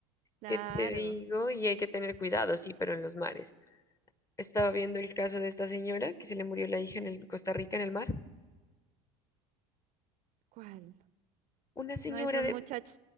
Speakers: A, on the right; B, on the left.
A: Claro,
B: ¿Qué te digo? Y hay que tener cuidado, sí, pero en los mares. Estaba viendo el caso de esta señora que se le murió la hija en el Costa Rica en el mar.
A: ¿cuál?
B: Una señora
A: No es de un
B: de...
A: muchacho